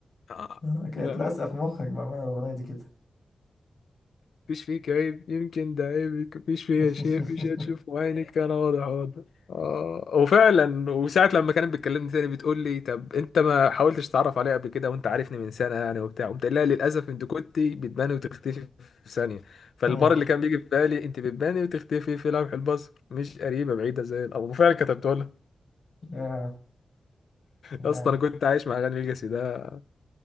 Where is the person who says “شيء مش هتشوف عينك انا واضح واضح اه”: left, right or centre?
Left